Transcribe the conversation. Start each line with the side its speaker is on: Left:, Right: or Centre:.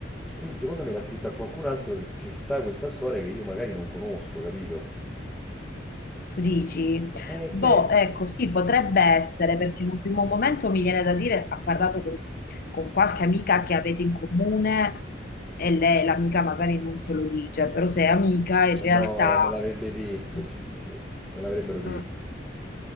Centre: Quindi secondo me l'ha scritta qualcun altro che, che sa questa storia che io magari non conosco, capito?
Left: Tu dici?
Centre: Eh
Left: Boh,
Centre: Mm. beh,
Left: ecco, sì, potrebbe essere, perché in un primo momento mi viene da dire, ha parlato con, con qualche amica che avete in comune e lei, l'amica magari non te lo dice, però sei amica in realtà...
Centre: no, me l'avrebbe detto,
Left: mm,
Centre: sì, sì, me l'avrebbero detto.
Left: mm.